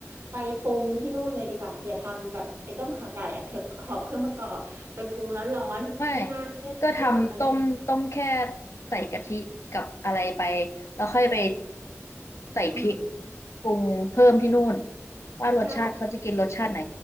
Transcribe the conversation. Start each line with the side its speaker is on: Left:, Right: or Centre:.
Right: ไปปรุงที่นู่นเลยดีกว่าอย่าทำแบบไอ้ต้มข่าไก่อ่ะเธอหอบเครื่องประกอบไปปรุงร้อนๆที่หน้าที่ฝรั่งเขาจะ
Left: ไม่ก็ทำต้มต้มแค่ใส่กะทิกับอะไรไปแล้วค่อยไปใส่พริก
Right: อืม
Left: ปรุงเพิ่มที่นู่น
Right: เออ
Left: ว่ารสชาติเขาจะกินรสชาติไหน
Right: ใช่